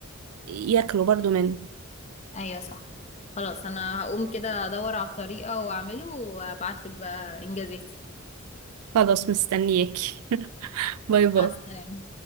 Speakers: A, on the right; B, on the left.
A: ياكلوا برضو منه
B: أيوه صح خلاص أنا هقوم كده أدور على الطريقة وأعمله وأبعتلك بقى إنجازاتي
A: خلاص مستنياكي <laughs> باي باي
B: مع السلامة